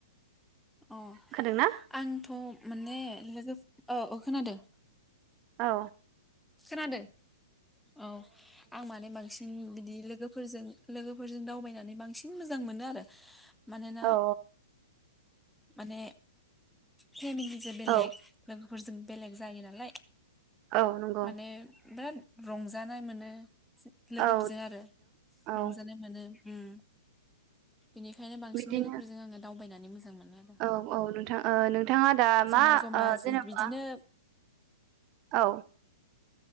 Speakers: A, in the centre; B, on the right.
A: अ
B: खोनादोंना
A: आंथ' माने लोगो औ अओ खोनादो
B: औ
A: खोनादों औ आं माने बांसिन बिदि लोगोफोरजों लोगोफोरजों दावबायनानै बांसिन मोजां मोनो आरो मानोना
B: औ
A: माने फेमिलिजो बेलेग
B: औ
A: लोगोफोरजों बेलेग जायो नालाय
B: औ नंगौ
A: माने दो रंजानाय मोनो लोगोफोरजों
B: औ
A: आरो
B: औ
A: रंजानाय मोनो उम इनिखायनो बांसिन
B: बिदिनो
A: लोगोफोरजों आङो दावबायना नि मोजां मोनो आरो
B: औ औ नोंथां ओ नोंथाङा दा
A: जमा
B: मा
A: जमा
B: आ
A: जि
B: जेनेबा।
A: बिदिनो
B: औ